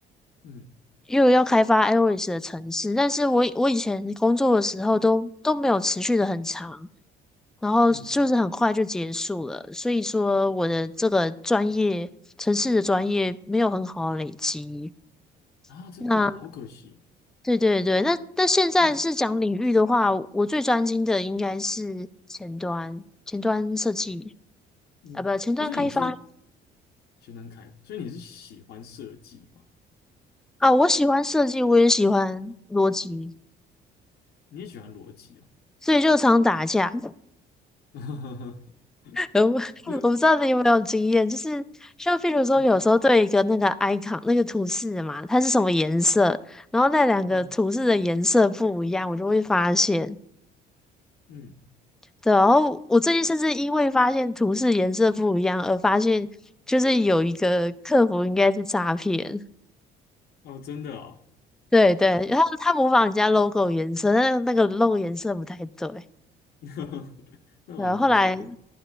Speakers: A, on the left (about 70°); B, in the centre.
A: 嗯
B: 因为我要开发 iOS 的程式，但是我我以前工作的时候都都没有持续的很长，然后就是很快就结束了，
A: 嗯
B: 所以说我的这个专业，程式的专业没有很好的累积。
A: 啊，真的哦好可惜，
B: 那对对对，那那现在是讲领域的话，
A: 嗯
B: 我最专精的应该是前端，前端设计
A: 嗯，
B: 啊，不，前端开发
A: 那所以你是全能开发，所以你是喜欢设计吗？
B: 啊。我喜欢设计，我也喜欢逻辑，
A: 你也喜欢逻辑哦。
B: 所以就常打架。
A: <laughs>
B: <laughs> 然我我不知道你有没有经验，
A: 因为
B: 就是像譬如说，
A: 嗯
B: 有时候对一个那个 icon 那个图示嘛，它是什么颜色，然后那两个图示的颜色不一样，
A: 嗯
B: 我就会发现。
A: 嗯，
B: 对啊，然后我最近甚至因为发现图示颜色不一样而发现，就是有一个客服应该是诈骗。
A: 哦，真的哦，
B: 对对，然后他模仿人家 logo 颜色，但是那个 logo 颜色不太对。
A: <laughs> 那那蛮好笑的。
B: 然后后来，